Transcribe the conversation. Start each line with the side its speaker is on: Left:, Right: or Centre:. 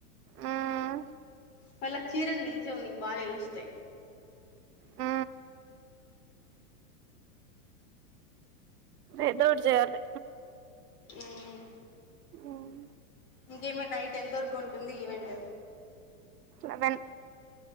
Right: మ్మ్
Left: వాళ్ళక్ చీరల్ నిల్చోవు నీకు బా నిలుస్తాయి.
Right: ఆ ఏదోకటి జేయాలి
Left: ఉమ్
Right: ఉమ్
Left: ఇంకేమొ నైట్ ఎంత వరకు ఉంటుంది ఈవెంట్
Right: లేవన్